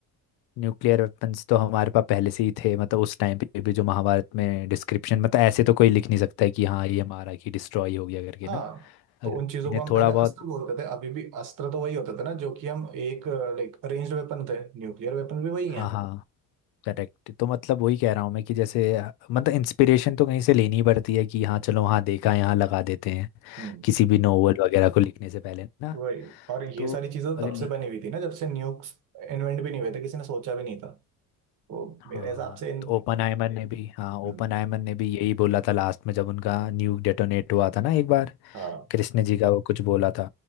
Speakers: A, on the left; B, on the right.
A: न्यूक्लियर वेपन्स तो हमारे पास पहले से ही थे मतलब उस टाइम पे भी जो महाभारत में डिस्क्रिप्शन मतलब ऐसे तो कोई लिख नहीं सकता है कि हाँ ये हमारा की डिस्ट्रॉय हो गया करके
B: हाँ
A: ना
B: तो
A: अगर
B: उन
A: किसी
B: चीज़ों
A: ने
B: को हम
A: थोड़ा
B: पहले
A: बहुत
B: अस्त्र बोलते थे अभी भी अस्त्र तो वही होते थे ना जो कि हम एक लाइक अरेंज्ड वेपन थे न्यूक्लियर वेपन भी वही
A: हाँ
B: हैं
A: हाँ करेक्ट तो मतलब वही कह रहा हूँ मैं कि जैसे मतलब इंस्पिरेशन तो कहीं से लेनी ही पड़ती है कि हाँ चलो हाँ देखा यहाँ लगा देते हैं
B: हम्म
A: किसी भी नोवेल वगैरह को लिखने से पहले ना
B: वही और ये
A: तो
B: सारी चीज़ें तो
A: अगर
B: तब
A: लिख
B: से बनी हुई थी ना जब से न्यूक्स इन्वेंट भी नहीं हुए थे किसी ने सोचा भी नहीं था तो
A: हाँ
B: मेरे हिसाब से इन
A: तो ओपनहाइमर ए- ने भी हाँ ओपनहाइमर
B: हम्म,
A: ने भी यही बोला था लास्ट में जब उनका न्यूक डेटोनेट हुआ था ना एक बार
B: हाँ
A: कृष्ण जी का वो कुछ बोला था